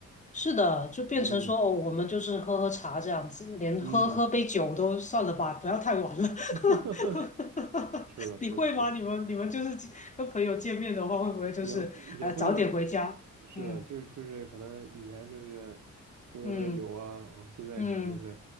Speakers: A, on the left (about 25°); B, on the right (about 60°).
A: 是的，就变成说，
B: 嗯
A: 哦，我们就是喝喝茶这样子，连喝喝杯酒都算了吧，
B: 嗯，
A: 不要太晚了。<laughs>
B: <laughs> 是的，
A: 你会吗？
B: 是的，是的，
A: 你们你们就是跟朋友见面的话，会不会就是呃早点回家？
B: 也也会让，是的，
A: 嗯
B: 就是就是可能以前就是喝喝酒啊，
A: 嗯
B: 哦，现在可能就是
A: 嗯